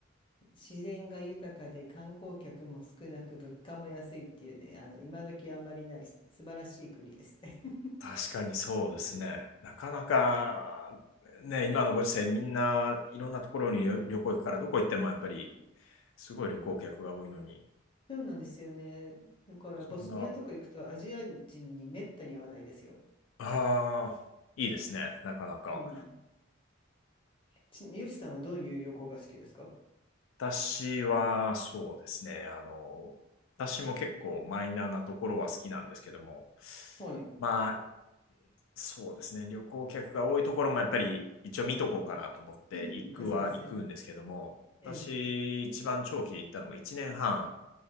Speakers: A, on the left (about 25°); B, on the left (about 80°).
A: 自然が豊かで観光客も少なく物価も安いっていうね、あの今時あんまりないす素晴らしい国ですね。<laughs>
B: 確かにそうですね。なかなか、ね、今のご時世、みんないろんなところに旅旅行行くから、どこ行ってもやっぱり、すごい旅行客が多いのに、
A: そうなんですよね。だからボスニアとか行くとアジア人にめったに会わないですよ。
B: そんな、ああ、いいですね、なかなか。
A: うん。ちヨシさんはどういう旅行が好きですか
B: 私はそうですね、あの、私も結構マイナーなところは好きなんですけども、
A: はい。
B: まあ、そうですね、旅行客が多いところもやっぱり一応見とこうかなと思って行くは行くんですけども、
A: うん、そうですね。うん。
B: 私、一番長期で行ったのが1年半、